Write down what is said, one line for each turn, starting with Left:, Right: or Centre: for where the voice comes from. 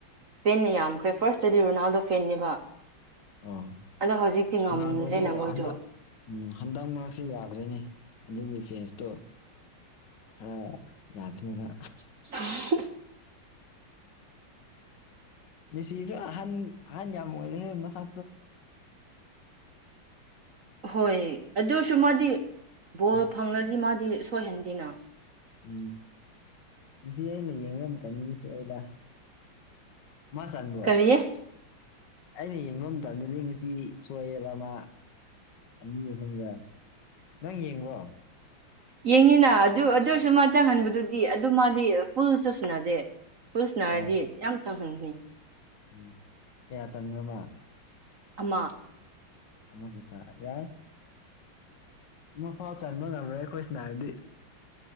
Right: ꯄꯦꯟꯅ ꯌꯥꯝꯈ꯭ꯔꯦ ꯐꯥꯔꯁ ꯠꯇꯗꯤ ꯔꯣꯅꯥꯜꯗꯣ ꯐꯦꯦꯕ
Left: ꯑꯣ
Right: ꯑꯗꯣ ꯍꯧꯖꯤꯛꯇꯤ ꯉꯝꯗ꯭ꯔꯦꯅ
Left: ꯔꯣꯅꯥꯜꯗꯣꯗꯣ
Right: ꯃꯣꯏꯗꯨ
Left: ꯍꯟꯗꯛ ꯎꯝ ꯍꯟꯗꯛ ꯃꯔꯛꯁꯦ ꯌꯥꯗ꯭ꯔꯦꯅꯦ ꯑꯗꯨꯒꯤ ꯐꯦꯟꯁꯇꯣ ꯈꯔ ꯌꯥꯗꯅꯕ
Right: <unintelligible>
Left: ꯃꯁꯤꯁꯨ ꯍꯍꯟ ꯑꯍꯟꯖꯝ ꯑꯣꯏꯦꯦ ꯃꯁ
Right: ꯍꯣꯏ ꯑꯗꯨꯁꯨ ꯃꯥꯗꯤ ꯕꯣꯜ
Left: ꯎꯝ
Right: ꯐꯪꯂꯗꯤ ꯃꯥꯗꯤ ꯁꯣꯏꯍꯟꯗꯦꯅ
Left: ꯎꯝ ꯉ ꯑꯩꯅ ꯌꯦꯡꯕ ꯀꯟꯁꯤ ꯁꯕ ꯃꯥ ꯆꯥꯟꯕ꯭ꯔꯣ
Right: ꯀꯔꯤꯌꯦ
Left: ꯑꯩꯅ ꯌꯦꯡꯕ ꯃꯇꯝꯗꯗꯤ ꯉꯁꯤ ꯁꯣꯛꯑꯦꯕ ꯑꯃ ꯑꯅꯤ ꯑꯍꯨꯝꯒ ꯅꯪ ꯌꯦꯡꯕꯣ
Right: ꯌꯦꯡꯉꯤꯅ ꯑꯗꯨ ꯑꯗꯨꯔꯁꯨ ꯃꯥ ꯆꯪꯍꯟꯕꯗꯨꯗꯤ ꯑꯗꯨ ꯃꯥꯗꯤ ꯐꯨꯜ ꯆꯨꯁꯤꯟꯅꯗꯦ ꯄꯨꯜꯁ ꯅꯥꯔꯗꯤ
Left: ꯑꯣ
Right: ꯌꯥꯝ ꯆꯪꯍꯟꯒꯅꯤ
Left: ꯎꯝ ꯀꯌꯥ ꯆꯟꯕ꯭ꯔꯃꯥ
Right: ꯑꯃ
Left: ꯑꯃ ꯀꯠꯇ ꯌꯥꯏ ꯃꯐꯥꯎ ꯆꯟꯕ ꯉꯝꯔꯣꯏ ꯑꯩꯈꯣꯏꯁꯅ ꯍꯥꯏꯔꯗꯤ